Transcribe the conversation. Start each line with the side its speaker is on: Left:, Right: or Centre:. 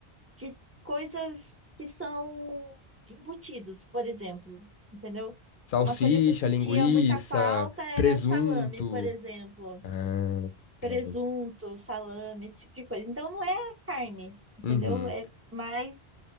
Right: de coisas que são embutidos, por exemplo, entendeu?
Left: salsicha,
Right: Uma coisa que eu sentia
Left: linguiça,
Right: muita falta era
Left: presunto.
Right: salame, por exemplo,
Left: Ah,
Right: presunto,
Left: já vi.
Right: salame, esse tipo de coisa. Então não é a carne, entendeu?
Left: uhum,
Right: É mais